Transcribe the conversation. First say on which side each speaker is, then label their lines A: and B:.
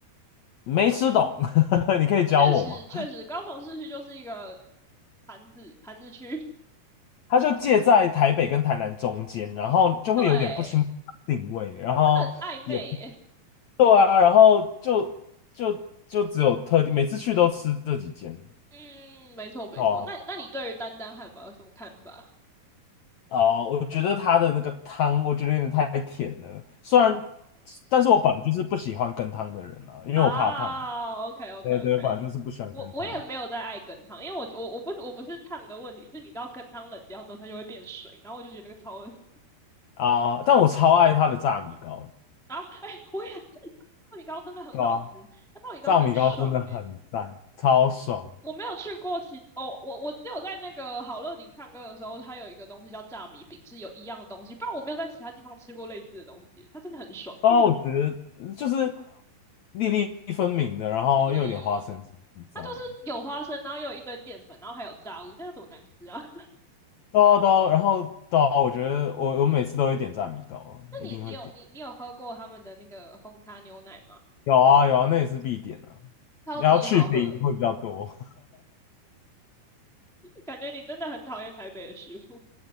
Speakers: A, on the left; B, in the centre.
A: 没吃懂，<laughs> 你可以教我吗？
B: 确实确实，高雄市区就是一个盘子盘子区，<laughs>
A: 它就介在台北跟台南中间，然后就会有点不清楚定位，
B: 对，
A: 然后也不
B: 它很暧昧、欸。
A: 对啊，然后就就就只有特定，每次去都吃这几间
B: 嗯，没错没错。
A: 哦
B: 那那你对于丹丹汉堡有什么看法？
A: 哦，我觉得它的那个汤，我觉得有点太甜了，虽然，但是我本来就是不喜欢羹汤的人啊，因为我怕烫，
B: 啊，OK OK
A: 对对，
B: OK，
A: 本来就是不喜欢羹汤
B: 我我也没有在爱羹汤，因为我我我不我不是烫的问题，是你知道羹汤冷掉之后它就会变水，然后我就觉得那个超恶心。
A: 啊，但我超爱它的炸米糕，
B: 然后哎、我也是，豆米糕真的很好吃，
A: 对吧、啊
B: 它豆米糕很爽哎、
A: 炸米糕真的很赞，超爽。
B: 我没有去过其哦，我我只有在那个好乐迪唱歌的时候，它有一个东西叫炸米饼，是有一样的东西，不然我没有在其他地方吃过类似的东西，它真的很爽。
A: 哦我觉得就是粒粒分明的，然后又有点花生酱很赞。
B: 嗯，它就是有花生，然后又有一堆淀粉，然后还有炸物，那要怎么难吃啊？<laughs>
A: 对啊对啊然后对啊我觉得我我每次都会点炸米糕，
B: 那你你有你你有喝过他们的那个红茶牛奶吗？
A: 一定会点。有啊有啊，那也是必点啊。
B: 超级好喝，
A: 你要去冰会比较多。
B: 感觉你真的很讨厌台北的食物。